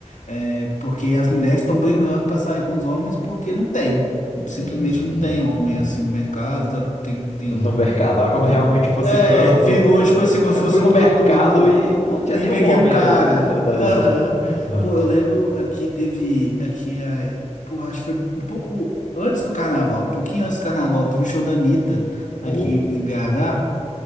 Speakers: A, on the left; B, on the left.
A: É, porque as mulheres estão brigando pra sair com os homens porque não tem.
B: Sim,
A: Simplesmente
B: sim.
A: não tem homem
B: É.
A: assim no mercado. tá- tem, tem...
B: no mercado, era como realmente fosse
A: É,
B: produto,
A: virou
B: tá
A: tipo
B: ligado?
A: assim, como
B: Eu
A: se fosse
B: fui no
A: um produto.
B: mercado e não tinha
A: E
B: nenhum
A: peguei
B: homem
A: um cara.
B: ali na, na, na
A: Aham.
B: estabelecimento. Aham.
A: Pô, eu lembro aqui teve. Aqui é. Porra, acho que foi um pouco antes do carnaval, um pouquinho antes do carnaval, teve o show da Anitta aqui
B: Ou
A: em BH.